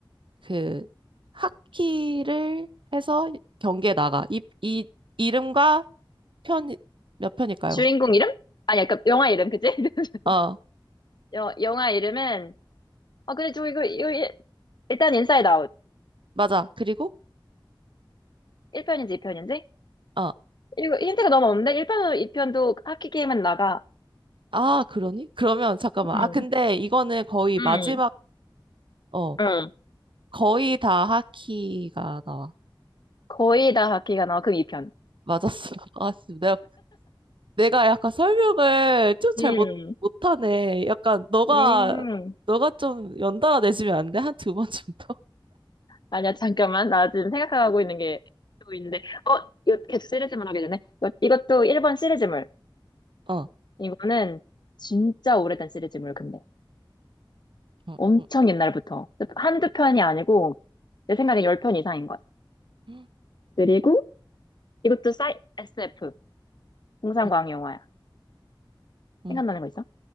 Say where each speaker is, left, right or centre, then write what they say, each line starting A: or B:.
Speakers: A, on the right (about 75°); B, on the left (about 55°).
A: 그, 하키를 해서 경기에 나가. 이, 이, 이름과 편, 몇 편일까요?
B: 주인공 이름? 아니, 약간 영화 이름, 그치? <laughs>
A: 어,
B: 여, 영화 이름은, 아, 근데 저 이거, 이거, 일- 일단 인사이드 아웃.
A: 맞아. 그리고,
B: 1편인지 2편인지?
A: 어,
B: 이거 힌트가 너무 없는데? 1편도 2편도 하키 게임은 나가.
A: 아, 그러니? 그러면 잠깐만.
B: 응,
A: 아, 근데 이거는 거의
B: 응,
A: 마지막, 어
B: 응,
A: 거의 다 하키가 나와.
B: 거의 다 하키가 나와. 그럼 2편.
A: 맞았어. <laughs> 아, 지 내가, 내가 약간 설명을 좀 잘
B: 응.
A: 못, 못하네. 약간 너가,
B: 음. 음.
A: 너가 좀 연달아 내주면 안 돼? 한 두 번 정도?
B: 아니야, 잠깐만. 나 지금 생각하고 있는 게 또 있는데. 어, 이거 계속 시리즈물 하게 되네. 이거- 이것도 1번 시리즈물.
A: <laughs> 어.
B: 이거는 진짜 오래된 시리즈물, 근데.
A: 응,
B: 엄청
A: 응,
B: 옛날부터. 한두 편이 아니고, 내 생각엔 열 편 이상인 것. 같아.
A: 응,
B: 그리고 이것도 사이, SF, 공상과학
A: 응.
B: 영화야.
A: 응.
B: 생각나는 거 있어?